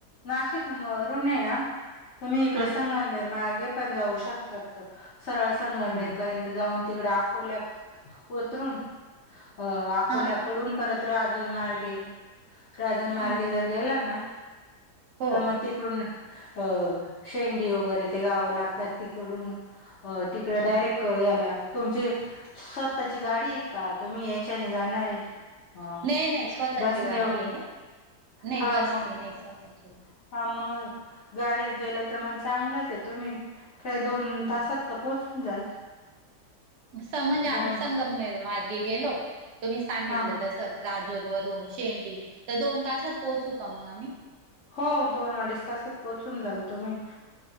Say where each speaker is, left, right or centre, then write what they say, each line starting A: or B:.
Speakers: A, on the left (about 65°); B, on the right (about 60°).
A: नाशिक वरून आहे ना तुम्ही इकडे
B: हा
A: संगनमेर मार्गे पण जाऊ शकतात. सरळ संगममेर
B: हम्म
A: पर्यंत जाऊन तिकडे अकोल्यात उतरून अ अकोल्याकडून
B: हा
A: परत राजूर मार्गे. राजूर
B: हम्म
A: मार्गे
B: हम्म
A: जर गेला ना?
B: हो
A: तर मग तिकडून अ शेंडी वगैरे ते गावं लागतात तिकडून, अ तिकडे
B: हा हा.
A: डायरेक्ट याला तुमचे स्वःची गाडी का तुम्ही याच्याने जाणार आहे? हा
B: नाही नाही स्वतःची
A: बस नि
B: गाडी
A: वगैर
B: आहे नाही
A: हा
B: बस
A: मग
B: नाही नाही
A: तस
B: स्वतःची गाडी
A: हा मग गाडीत गेलं तर मण चांगलंच आहे तुम्ही, खरं दोन
B: हम्म
A: तासात तर पोहोचून जाल.
B: स म्हणजे आम्ही
A: दोन
B: संगमनेर मार्गे गेलो तुम्ही सांगितलं
A: हा
B: तसं. राजोर वरून शेंडी तर दोन तासात पोहोचू का मग आम्ही?
A: हो दोन- अडीच तासात पोहोचून जाल तुम्ही